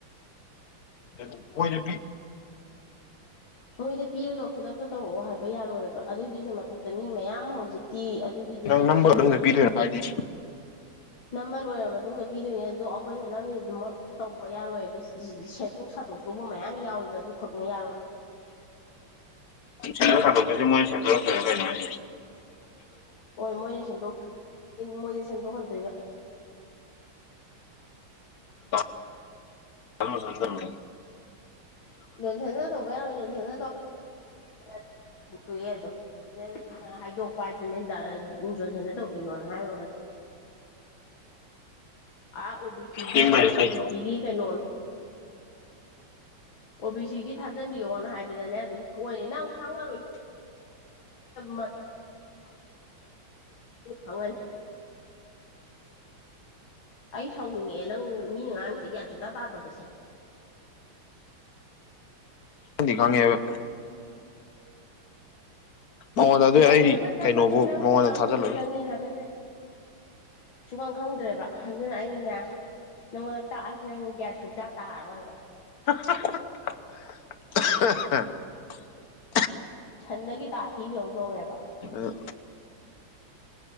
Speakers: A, on the left; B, on the left.
A: ꯑꯗꯨ ꯑꯣꯏꯔꯕꯤ
B: ꯑ ꯃꯣꯏꯗ ꯄꯤꯔꯒ ꯈꯨꯗꯛꯇ ꯇꯧꯔꯛꯑꯣ ꯍꯥꯏꯕ ꯌꯥꯔꯣꯏꯑꯕ ꯑꯗꯨꯒꯤꯁꯨ ꯃꯊꯛꯇ ꯃꯤ ꯃꯌꯥꯝ ꯍꯧꯖꯤꯛꯇꯤ ꯑꯗꯨꯒꯤ ꯗꯤꯖꯔꯇꯦꯁꯟ
A: ꯅꯪ ꯅꯝꯕꯒ ꯑꯗꯨꯝꯗ
B: ꯃꯇꯝꯒꯤ
A: ꯄꯤꯗꯣꯏꯅꯣ ꯍꯥꯏꯗꯤ
B: ꯅꯝꯕ ꯂꯣꯏꯔ ꯃꯇꯨꯡꯗ ꯄꯤꯗꯣꯏꯅꯦ ꯑꯗꯣ ꯑꯩꯈꯣꯏꯅ ꯅꯝꯃꯤꯗꯨꯃꯛ ꯇꯧꯕ ꯌꯥꯔꯣꯏꯕ ꯁꯤ ꯁꯦꯝꯗꯣꯛ ꯁꯥꯗꯣꯛꯇꯧꯕ ꯃꯌꯥꯝ ꯌꯥꯎꯋꯦꯕ ꯑꯗꯨꯈꯛꯅ ꯌꯥꯔꯣꯏꯕ
A: ꯁꯦꯟꯗꯔ ꯊꯗꯣꯛꯁꯦ ꯃꯣꯏ ꯁꯦꯟꯖꯔ ꯀꯔ ꯀꯅꯦ
B: ꯍꯣꯏ ꯃꯣꯏꯅ ꯁꯦꯝꯗꯣꯛꯇꯣꯏ ꯃꯣꯏꯁ ꯁꯦꯝꯗꯣꯛꯍꯟꯗꯣꯏꯕ
A: ꯑ ꯆꯗ
B: ꯅꯣꯟꯁꯅꯅ ꯇꯧꯧꯕ ꯌꯥꯔ ꯌꯖꯣꯟꯁꯅ ꯇꯧ ꯍꯇꯣꯛꯑꯦ ꯑꯗꯣ ꯍ ꯍꯥꯏꯗꯣꯛꯄ ꯍꯥꯏꯗꯨꯅꯦ ꯌꯖꯣꯟꯁꯟꯁꯦ ꯇꯧꯕꯤꯌꯣꯅ ꯍꯥꯏꯔꯨꯔꯒ ꯑꯥ ꯑꯣ ꯕꯤ ꯁꯤꯒꯤ
A: ꯌꯦꯡꯕꯩꯔ
B: ꯑꯣ
A: ꯀꯩꯅꯣ
B: ꯕꯤ ꯁꯤꯒꯤ ꯀꯩꯅꯣ ꯑꯣꯕꯤ ꯁꯤꯒꯤ ꯊꯥꯖꯤꯟꯕꯤꯌꯣꯅ ꯍꯥꯏꯕꯗꯅꯦ ꯑꯗꯨꯝ ꯊꯣꯛꯅꯤ ꯅꯪ ꯈꯪꯉꯔꯣꯏ ꯃ ꯈꯪꯉꯅꯤ ꯑꯩ ꯁꯥꯎꯅꯤꯡꯉꯛꯑꯦ ꯅꯪ ꯃꯤꯅ ꯉꯥꯡꯁꯦ ꯒ꯭ꯌꯥꯟ ꯁꯨꯇꯥꯥ ꯇꯥꯗꯕꯁꯦ
A: ꯪ ꯈꯪꯉꯕ ꯃꯉꯣꯟꯗ ꯑꯗꯨ
B: ꯂꯩ
A: ꯑꯩ
B: ꯑꯃꯅ
A: ꯀꯩꯅꯣꯕꯨ
B: ꯃꯁꯦ ꯅꯪ
A: ꯃꯉꯣꯟꯗ
B: ꯀꯌꯥꯝ
A: ꯊꯥꯖꯤꯜꯂꯔꯣꯏ
B: ꯀꯨꯏꯅ ꯆꯪꯉꯤ ꯍꯥꯏꯕꯁꯦ ꯁꯨꯒꯪ ꯈꯪꯗ꯭ꯔꯦꯕ ꯑꯗꯨꯅ ꯑꯅꯦ ꯅꯪꯉꯣꯟꯗ ꯇꯥꯛꯑꯁꯨ ꯅꯪ ꯒ꯭ꯌꯥꯠ ꯁꯨꯇꯥꯛ ꯇꯥꯔꯔꯣꯏꯕ
A: <unintelligible>
B: ꯁꯟꯗꯒꯤ ꯇꯥ ꯊꯤꯕꯒꯧ ꯇꯧꯔꯦꯕ
A: ꯑ